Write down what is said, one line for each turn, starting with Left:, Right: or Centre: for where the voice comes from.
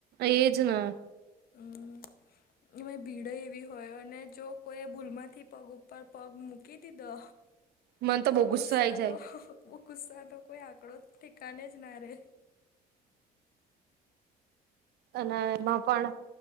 Right: એજ ને
Left: <unintelligible> એ ભીડ એવી હોય, અને જો કોઈ ભૂલમાંથી પગ ઉપર. પગ મૂકી દીધો,
Right: મને
Left: તો
Right: બહુ ગુસ્સો
Left: ગુસારો.
Right: આઈ જાય
Left: ગુસ્સા ન કોઈ આંકડો, ઠેકાને જ ના રે.
Right: અને એમાં પણ